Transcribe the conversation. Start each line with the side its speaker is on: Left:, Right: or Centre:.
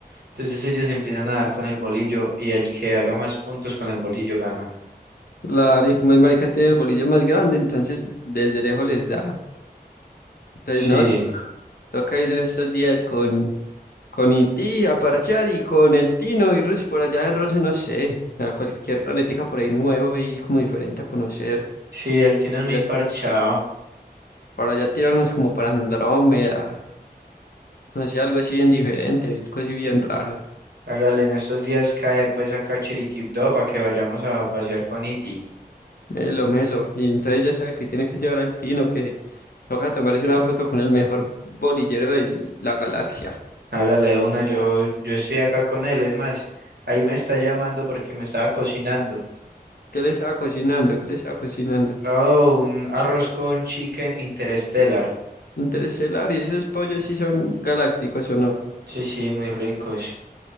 Right: Entonces ellos empiezan a dar con el bolillo y el que haga más puntos con el bolillo gana.
Left: La ari- como es marica tiene el bolillo más grande, entonces desde lejos les da. Entonces
Right: Sí,
Left: no, toca, toca ir en estos días con, con Iti a parchar y con el Tino y Rus por allá de Rose, no sé, a cualquier planetica por ahí nuevo y como diferente a conocer.
Right: sí, el Tino es
Left: Para
Right: muy
Left: allá,
Right: parchado.
Left: para allá tirarnos como para Andrómeda, no sé, algo así bien diferente, algo así bien raro.
Right: Hágale, en estos días cae pues acá a Chiriquipó para que vayamos a pasear con Iti.
Left: Melo, melo. Y entonces ya sabe que tiene que llevar al Tino, que toca tomarse una foto con el mejor bolillero de la galaxia.
Right: Hágale de una, yo, yo estoy acá con él, es más, ahí me está llamando porque me estaba cocinando.
Left: ¿Qué le estaba cocinando? ¿Qué le estaba cocinando?
Right: Oh, un arroz con chicken interstellar.
Left: Interestelar, ¿y esos pollos sí son galácticos o no?
Right: Sí, sí, muy ricos.